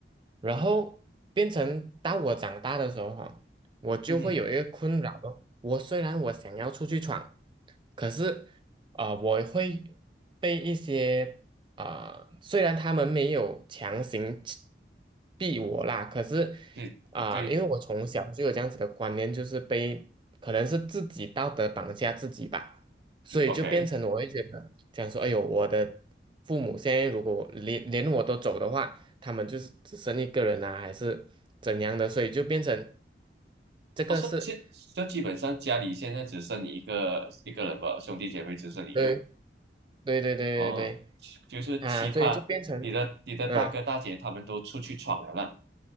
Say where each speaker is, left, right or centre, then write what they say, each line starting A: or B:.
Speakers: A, on the right; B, on the right.
A: 然后变成到我长大的时候哈，我就会有一个困扰咯。
B: 嗯哼，
A: 我虽然我想要出去闯，可是啊、呃我会被一些啊、呃虽然他们没有强行逼我啦，可是
B: 对对
A: 啊、因为我从小就有这样子的观念，就是被可能是自己道德绑架自己吧。所以就变成我会觉得，
B: 对，OK。
A: 讲说，哎呦，我的父母现在如果我连连我都走的话，他们就是只剩一个人啊，还是怎样的，所以就变成这个是，
B: 我说现就基本上家里现在只剩你一个一个人吧，兄弟姐妹只剩你一个。
A: 对对对对对对
B: 哦，就是其他你的你的大哥大姐他们都出去闯了啦。
A: 啊，所以就变成，嗯。